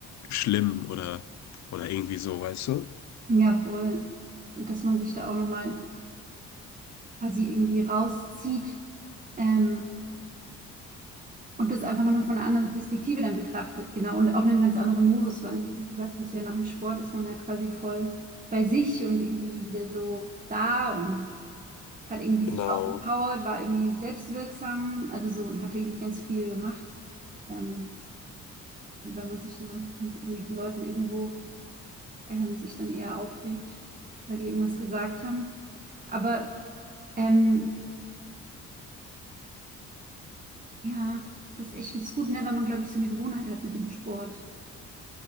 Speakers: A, on the left; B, on the right.
A: schlimm oder, oder irgendwie so, weißt du?
B: ja, voll. Und dass man sich da auch nochmal quasi irgendwie rauszieht, ähm, und das einfach nochmal von einer anderen Perspektive dann betrachtet. Genau. Und auch in einem ganz anderen Modus, weil wie du sagst, was ja nach dem Sport ist man ja quasi voll bei sich und irgendwie wieder so da und hat irgendwie sich
A: Genau.
B: ausgepowert, war irgendwie selbstwirksam, also so und hat irgendwie ganz viel gemacht. Ähm, und wenn man sich dann mit irgendwelchen Leuten irgendwo ähm, sich dann eher aufregt, weil die irgendwas gesagt haben. Aber ähm, ja, das ist echt ganz gut, ne, wenn man, glaube ich, so eine Gewohnheit hat mit dem Sport.